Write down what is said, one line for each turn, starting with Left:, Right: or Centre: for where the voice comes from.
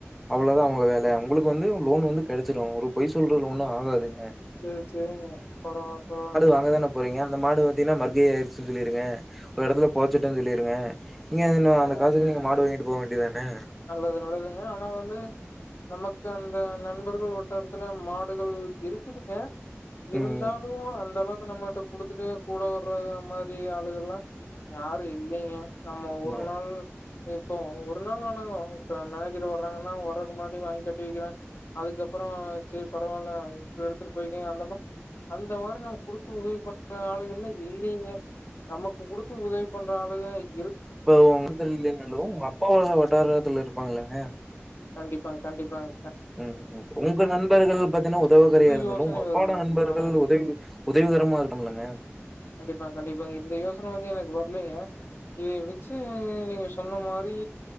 Centre: அவ்ளோதா அவங்க வேல உங்களுக்கு வந்து லோன் வந்து கெடச்சிரு ஒரு பொய் சொல்றதுல ஒன்னு ஆகாதுங்க
Left: சேர் சேரிங் பரவாயில்ல பரவாயில்ல
Centre: ங்க தானே போறீங்க அந்த மாடு பாத்தீங்கன்னா மர்கயா ஆயிச்சுன்னு சொல்லிருங்க ஒரு எடத்துல போதச்சுட்டேன்னு சொல்லிருங்க நீங்க அதூ இன்னூ
Left: ஓ!
Centre: அந்த காசுக்கு நீங்க மாடு வாங்கிட்டு போவ் வேண்டியத்தானே
Left: நல்லது நல்லதுங்க ஆனா வந்து நமக்கு அந்த நண்பர்கள் வட்டாரத்துல மாடுகள் இருக்குதுங்க இருந்தாலூ
Centre: ம்
Left: அந்த அளவுக்கு நம்மிட்ட குடுத்துட்டு கூட வறது அந்மாரி ஆளுகள்ல்லா யாரூ இல்லிங்க நம்ம ஒரு
Centre: ந
Left: நாள் இப்போ ஒரு நாள் வேணாங்க இப்ப மேனேஜர் வர்றாங்கன்னா வரக்கு முன்னாடி வாங்கி கட்டி வைக்கிறே அதுக்கப்புறம் சரி பரவாயில்ல இப்ப எடுத்துட்டு போயக்கங்க அந்தமா அந்தமாரி நமக் குடுத்து உதவி பன்ற ஆளுகள்லா இல்லிங்க நமக்கு குடுத்து உதவி பண்ற ‌ஆளுக இருக்
Centre: இப்ப உங்க இதுல ‌இல்லனாலூ உங்க அப்பாவோட வட்டாரத்துல இருப்பாங்க ‌இல்லங்க
Left: கண்டிப்பாங் கண்டிப்பாங்
Centre: ம் ம் உங்க நண்பர்கள் பாத்தீங்ன்னா உதவாகறையா
Left: புது
Centre: இருந்தாலூ
Left: யோசனை
Centre: உங்க அப்போட
Left: வருதுங்க
Centre: நண்பர்கள்
Left: ஆமா
Centre: உதவி உதவிகரமா இருக்கூ இல்லங்க
Left: கண்டிப்பா கண்டிப்பாங்க இந்த யோசனை வந்து எனக்கு வர்லீங்க இதை வெச்சு நீங்க சொன்ன மாறி